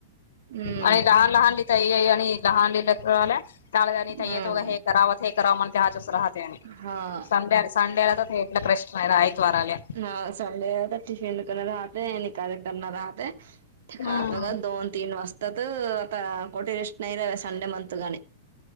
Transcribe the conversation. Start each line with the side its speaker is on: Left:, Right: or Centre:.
Right: हम्म
Left: आणि लहांन लहांन लिहिता येई आणि लहांन लिहिल्यां तरं आल्यां तादारीथ
Right: हम्म
Left: येतो हे करावं ते करावं म्हणते त्यां हच्यांच राहते आणि
Right: हा
Left: संडे आंला संडेला तरं थेटलां प्रश्न नाहीं ऐतं वारां आल्यां
Right: हं संडे तरं टिफिन दुकानं राहते निकांल करणारं राहते
Left: हम्म
Right: खातं बघां दोन तीनं वाजतांत आंता कोठे रेसं नाहीं रे संडे मणं तुं गाणें